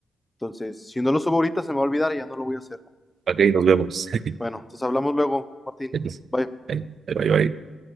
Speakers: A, on the left (about 20°); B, on the right (about 60°).
A: Entonces, si no lo subo ahorita, se me va a olvidar y ya no lo voy a hacer.
B: Ok, nos vemos. <laughs>
A: Bueno, entonces hablamos luego, Martín.
B: Entonces,
A: Bye.
B: ahí- ahí va, ahí va.